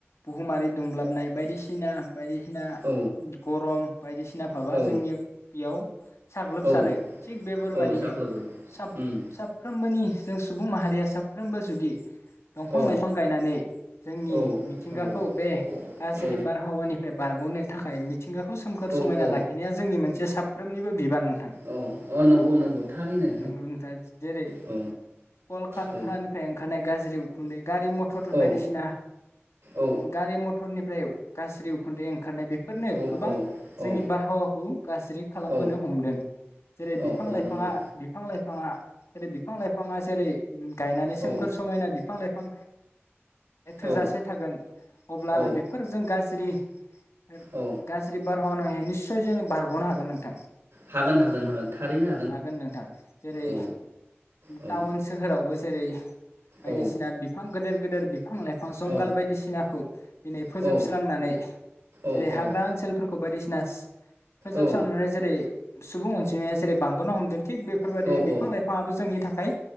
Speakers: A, on the left; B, on the right.
A: बुहुमारि दुंब्लाबनाय बायदिसिना बायदिसिना
B: औ
A: गरम बायदिसिना भाबा
B: औ
A: जोंनिया बेयाव साग्लोबसारो
B: औ
A: थिग बेफोरबायदिनो
B: औ साख्लोबो
A: सा-साफ्रोमबोनि
B: उम
A: जों सुबुं माहारिया साफ्रोमबो जुदि दंफां
B: औ
A: लाइफां गायनानै जोंनि
B: औ
A: मिथिंगाखौ
B: नंगौ
A: बे गाज्रि
B: औ
A: बारहावानि बारग'नो थाखाय मिथ मिथिंगाखौ सोमखोर
B: औ
A: समायना
B: औ
A: लाखिनाया जोंनि मोनसे साब सफ्रोमनिबो बि बान नोंथां
B: औ अ नंगौ नंगौ थारैनो
A: नंगौ नोंथां जेरै
B: औ
A: कलकारखानानिफ्राय
B: औ
A: ओंखारनाय गाज्रि उखुन्दै गारि मथर
B: औ
A: बायदिसिना
B: औ
A: गारि मथरनिफ्राय उ गास्रिउ खुनदै ओंखारनाय बे फोरनो
B: औ
A: गोबां जोंनि
B: औ
A: बारहावाखौ गाज्रि खालामबोनो
B: औ
A: हमदों जेरै
B: औ
A: बिफां
B: औ
A: लाइफाङा
B: नंगौ
A: बिफां लाइ फाङा जरै बिफां लाइफाङा जेरै उम गायनानै सोमखोर
B: औ
A: समायना बिफां लाइ फां थोजासे
B: औ
A: थागोन अब्लाना
B: औ
A: बेफोरजों गाज्रि सोर
B: औ
A: गाज्रि बार <unintelligible> निस्सय जों बारग'नो हागोन नोंथां।
B: हागोन हागोन हागोन थारैनो
A: हागोन नोंथां जेरै
B: औ औ
A: टाउन सोहोरावबो जेरै बायदिसिना
B: औ
A: बिफां गोदोर गोदोर बि फां लाइफां जंगाल
B: औ
A: बायदिसिनाखौ दिनै फोजोबस्रांनानै
B: औ औ
A: जेरै हाग्रा ओनसोलफोरखौ बायदिसिना सि फोजोबस्रांनानै
B: औ
A: जेरै सुबुं अनजिमाया‌ जेरै बांबोनो हमदों थिग बेफोरबायदिनो
B: औ औ
A: बिफां लाइफाङाबो जोंनि थाखाय